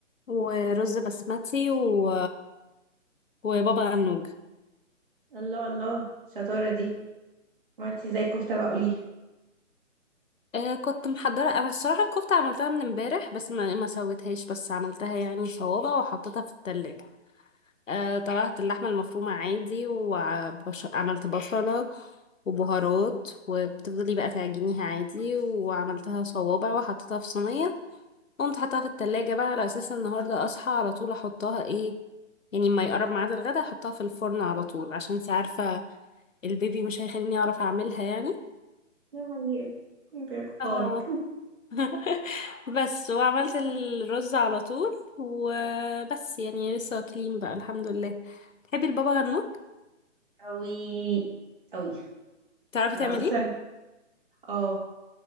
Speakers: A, on the left (about 85°); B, on the right (about 40°).
A: ورز بسمتي و... وبابا غنوج
B: الله الله الشطاره دي عملتي ازاي الكفته بقى قولي لي
A: آه، كنت محضرة انا الصراحة الكفتة عملتها من امبارح بس ما, ما سويتهاش بس عملتها يعني صوابع وحطيتها في التلاجة آه، طلعت اللحمة المفرومة عادي وعملت بصلة وبهارات وبتفضلي بقى تعجنيها عادي وعملتها صوابع وحطيتها في صينية قمت حطها في التلاجة بقى على أساس النهاردة أصحى على طول أحطها إيه يعني ما يقرب ميعاد الغدا أحطها في الفرن على طول عشان انتي عارفة البيبي مش هيخليني أعرف أعملها يعني
B: يا حقيقة بيركفونك
A: اه <laughs> بس وعملت الرز على طول وبس يعني لسه واكلين بقى الحمد لله تحبي البابا غنوج
B: اوي اوي
A: تعرفي
B: انا
A: تعمليه
B: اساسا اه